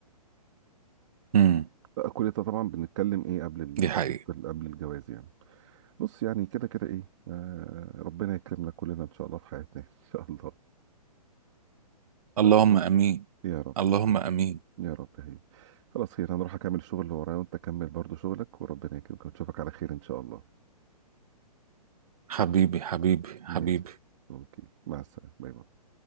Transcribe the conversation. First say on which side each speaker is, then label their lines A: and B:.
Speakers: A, on the right; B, on the right.
A: مم.
B: آه، كل ده طبعا بنتكلم ايه قبل ال...
A: دي
B: برضه
A: حقيقة
B: قبل قبل الجواز يعني بص يعني كده كده ايه آه ربنا يكرمنا كلنا ان شاء الله في حياتنا <laughs> ان شاء الله
A: اللهم امين
B: يا رب
A: اللهم امين
B: يا رب هي خلاص خير انا اروح اكمل الشغل اللي ورايا وانت كمل برضه شغلك وربنا يكرمك ونشوفك على خير ان شاء الله
A: حبيبي حبيبي حبيبي
B: ماشي اوكي مع السلامة باي باي